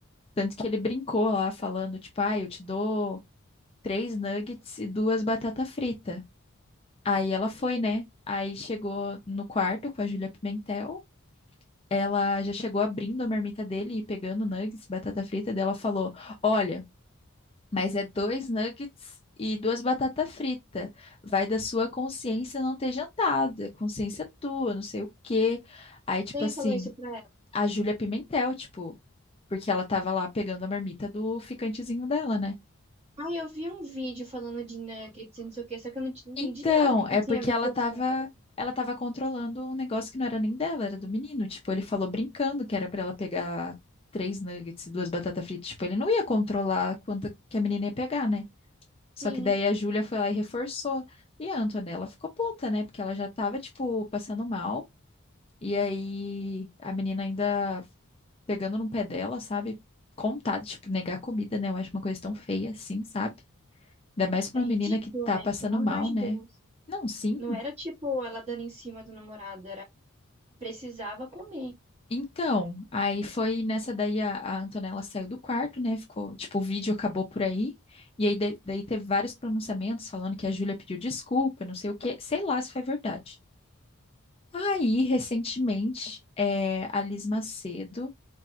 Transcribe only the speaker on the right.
Quem
falou isso pra ela?
Ai, eu vi um vídeo falando de nuggets e não sei o que, só que eu não t- entendi
nada do que, que
tinha
a ver
com a
história.
Sim,
é
ridículo,
né?
Pelo amor
de
Deus.
Não era tipo ela dando em cima do namorado, era precisava comer.